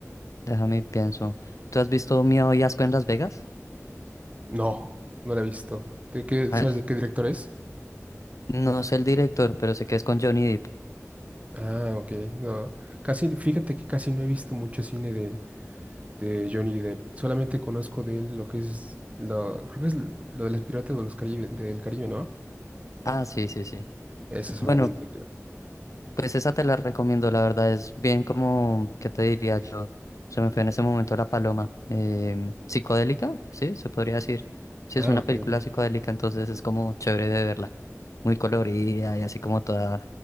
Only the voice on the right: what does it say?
No, no la he visto. ¿De qué,
sabes de qué director es?
Ah, ok. No. Casi, fíjate que casi no he visto mucho cine de, de Johnny Depp. Solamente conozco de él lo que es, lo, creo que es lo de las piratas de los Caribe, del Caribe, ¿no?
Eso solamente.
creo.
Ah,
ok.